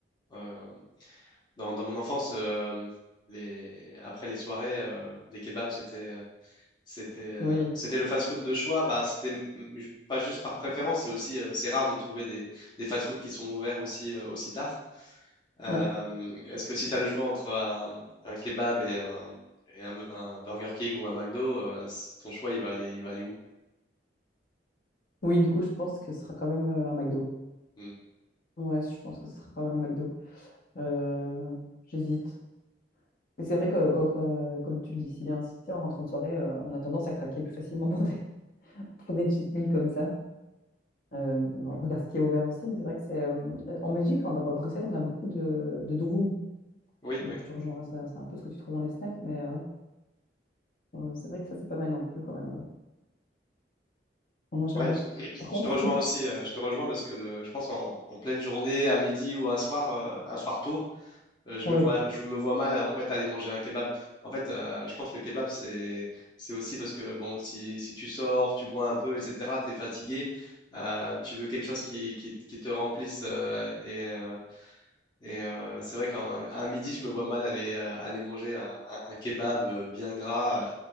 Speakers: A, on the left (about 25°); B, on the left (about 50°).
A: euh, dans, dans mon enfance, euh, les... après les soirées, euh, les kebabs, c'était. euh, C'était euh,
B: Oui,
A: c'était le fast-food de choix. Bah, c'était mm, ju- pas juste par préférence, c'est aussi euh, c'est rare de trouver des, des fast-food qui sont ouverts aussi euh, aussi tard. Euh,
B: oui.
A: est-ce que si tu as le choix entre un, un kebab et un, et un- un Burger King ou un McDo, euh, c- ton choix il va aller il va aller où?
B: Oui, du coup, je pense que ce sera quand même euh, un McDo.
A: Mm.
B: Ouais, je pense que ce sera quand même un McDo. Euh, j'hésite. Mais c'est vrai que, quand- quand- comme tu le dis si bien, si en rentrant de soirée, euh, on a tendance à craquer plus facilement pour des, <laughs> pour des cheat meals comme ça. Euh, on regarde ce qui est ouvert aussi, mais c'est vrai que c'est euh, en Belgique, en, à Bruxelles, on a beaucoup de, de durum.
A: Oui,
B: Donc
A: oui.
B: je te rejoins, ça, c'est un peu ce que tu trouves dans les snacks, mais euh, euh, c'est vrai que ça, c'est pas mal non plus quand même. Euh, On en j'aime
A: Ouais,
B: beaucoup.
A: je, <clears throat>
B: Par contre,
A: je te rejoins
B: tout...
A: aussi. euh, je te rejoins parce que le, je pense en, en pleine journée, à midi ou un soir, euh, un soir tôt. Euh, je
B: Oui,
A: me vois, je me vois mal en fait aller manger un kebab. En fait, euh, je pense que le kebab c'est c'est aussi parce que bon, si, si tu sors, tu bois un peu, etc. T'es fatigué, euh, tu veux quelque chose qui, qui, qui te remplisse euh, et euh, et euh, c'est vrai qu'un un midi, je me vois mal aller euh, aller manger un, un- un kebab euh, bien gras